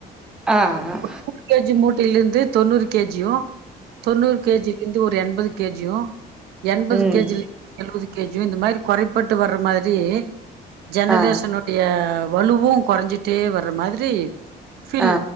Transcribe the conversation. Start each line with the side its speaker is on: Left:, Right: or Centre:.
Centre: ஆ
Right: <unintelligible> கேஜி மூட்டையிலேருந்து தொண்ணூறு கேஜியு தொண்ணூறு கேஜிலேந் ந்து ஒரு எண்பது கேஜியு எண்பது
Centre: ம்
Right: கேஜில் எழுவது கேஜியு இந்த மாரி கொறைப்பட்டு வர்ர மாதிரி ஜெனரேஷனோ
Centre: ஆ
Right: டிய வலுவு கொறஞ்சிட்டே வர்ர மாதிரி ஃபில்
Centre: ஆ